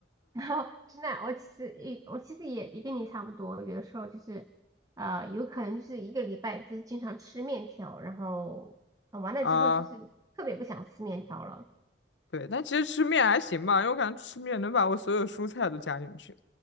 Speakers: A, on the right; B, on the left.
A: 然后真的，我其实也我其实也也跟你差不多，有的时候就是呃，有可能就是一个礼拜就是经常吃面条，然后、呃完了之后就是特别不想吃面条了。
B: <laughs> 啊。对，但其实吃面还行吧，因为我感觉吃面能把我所有蔬菜都加进去